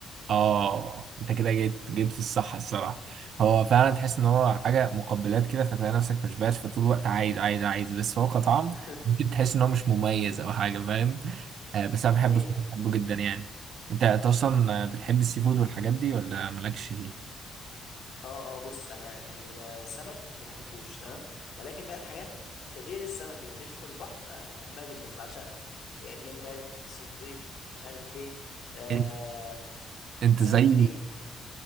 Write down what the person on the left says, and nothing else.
<laughs>
ايوه
مم.
اه اه بص انا السمك ما بحبوش تمام ولكن بقى الحاجات غير السمك اللي بتعيش في البحر آه، بحبها جدا بعشقها يعني جمبري صبيط مش عارف ايه آه
سمك
فيليه